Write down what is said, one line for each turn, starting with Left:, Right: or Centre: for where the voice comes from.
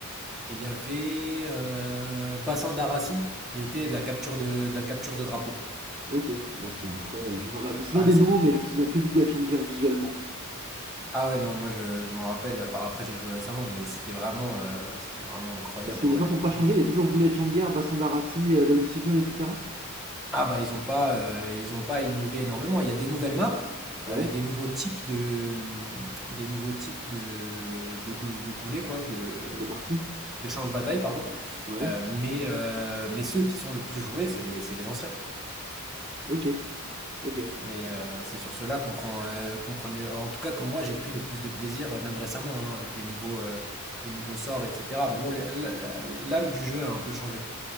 Centre: Et il y avait euh, Bassin d'Arassi qui était de la capture de, de la capture de drapeau.
Right: Ok, ouais, c'était incroyable. Je me, ra- je me souviens
Centre: Ah,
Right: des
Centre: c'était...
Right: noms, mais je me souviens que du coup, la champ de guerre visuellement.
Centre: Ah ouais, non, moi je, je m'en rappelle. Bah, après, j'ai joué récemment, mais c'était vraiment, euh, c'était vraiment incroyable
Right: Parce que
Centre: en
Right: les
Centre: réalité.
Right: maps n'ont pas changé, il y a toujours Goulet de Champ de Guerre, Bassin d'Arassi, euh, l'œil du cyclone, etc.
Centre: Ah bah, ils ont pas, euh, ils ont pas innové énormément. Il y a des nouvelles maps,
Right: Ouais,
Centre: euh, des nouveaux types de, mm, des nouveaux types de, de, gou- de goulets, quoi, de,
Right: de partie.
Centre: de champs de bataille, pardon.
Right: Ouais,
Centre: Euh, mais, euh, mais ceux qui sont le plus joués, c'est les, c'est les anciens.
Right: ok, ok.
Centre: Et heu, c'est sur cela qu'on prend, heu, qu'on prenait en tout cas que moi j'ai pris le plus de plaisir, heu, même récemment, hein, avec les nouveaux, heu, les nouveaux sorts et cetera. Mais bon, la la la l'âme du jeu a un peu changé.